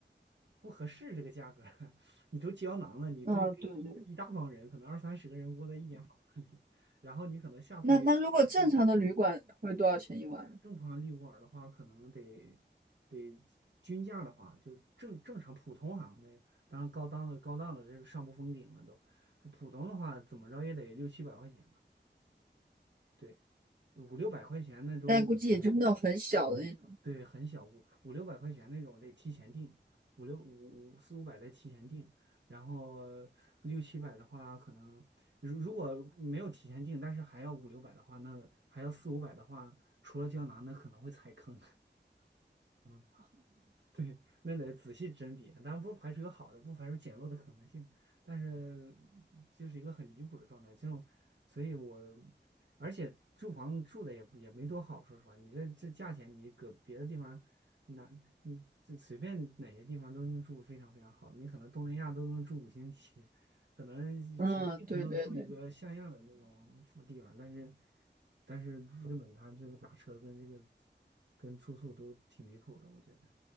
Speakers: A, on the right; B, on the right.
A: 不合适这个价格儿 <laughs> 你都胶囊了，你这跟一一大帮人，
B: 嗯，对对。
A: 可能二三十个人窝在一间房子里，然后你可能下铺也有人上铺，
B: 那那如果正常的旅馆会多少钱一晚？
A: 正铺上利卧儿的话，可能得得均价的话，就正正常普通哈，那当然高档的高档的这是上不封顶了都，普通的话怎么着也得六七百块钱吧，对，五六百块钱那都
B: 但估计也就是那种很小的那种。
A: 对，很小，五五六百块钱那种得提前订，五六五五四五百得提前订，然后六七百的话，可能如如果没有提前订，但是还要五六百的话，那还要四五百的话，除了胶囊，那可能会踩坑。<laughs> 嗯对，那得仔细甄别，当然不排除有好的，不排除捡漏的可能性，但是就是一个很离谱的状态。这种，所以我，而且住房住的也也没多好，说实话，你这这价钱，你搁别的地方，哪你这随便哪些地方都能住非常非常好，你可能东南亚都能住五星级，可能其他地方都住一个像样的那种地方，
B: 嗯，对对对，
A: 但是但是日本它这个打车跟这个跟住宿都挺离谱的，我觉得。